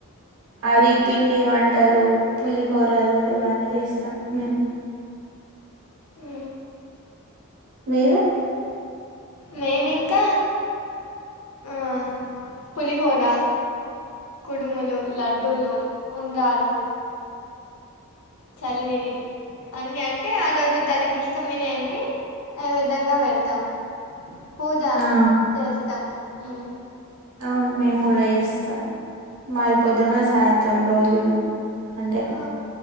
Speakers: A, on the right (about 85°); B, on the left (about 75°).
A: అవి పిండి వంటలు పులిహోరలు ఇవన్నీ చేస్తాం మేము
B: ఆ
A: మీరు
B: మేమింక ఆ పులిహోరా కుడుములు లడ్డూలు ఉండ్రాలు చలివిడి అన్ని అంటే ఆ రోజు తనకి ఇష్టమైనవి అన్ని నైవేద్యంగా వెడతం పూజ
A: ఆ
B: చేస్తాం ఉ
A: అవును మేము కూడా చేస్తాం మాది పొద్దున్న సాయంత్రం రోజు అంటే
B: ఆ